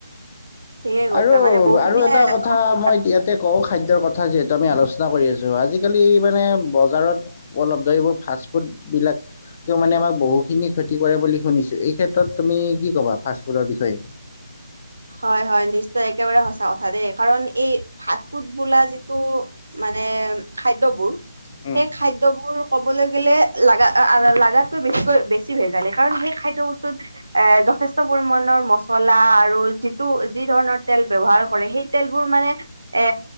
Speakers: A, on the right; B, on the left.
A: ঠিকে কৈছা
B: আৰু
A: মানে বহুখিনিয়ে
B: আৰু এটা কথা
A: অসুবিধা
B: মই এইয়া তে কওঁ, খাদ্যৰ কথা যিহেতু আমি আলোচনা কৰি আছো আজিকালি মানে বজাৰত- উপলব্ধ এইবোৰ ফাষ্ট ফুড বিলাক- কিয় মানে আমাক বহুখিনি ক্ষতি কৰে বুলি শুনিছোঁ, এই ক্ষেত্ৰত তুমি কি ক'বা ফাষ্টফুডৰ বিষয়ে?
A: হয়-হয় নিশ্চয় একেবাৰে সঁচা কথা দেই, কাৰণ এই ফাষ্ট ফুড বোলা যিটো- মানে খাদ্যবোৰ, সেই
B: উম,
A: খাদ্যবোৰ ক কবলৈ গেলে লা-লাগাতকৈ বেছিকৈ বেছি ভেজালে কাৰণ সেই খাদ্যয় বস্তুত- এ যথেষ্ট পৰিমণৰ মচলা আৰু- যিটো যি ধৰণৰ তেল ব্যৱহাৰ কৰে সেই তেলবোৰ মানে এ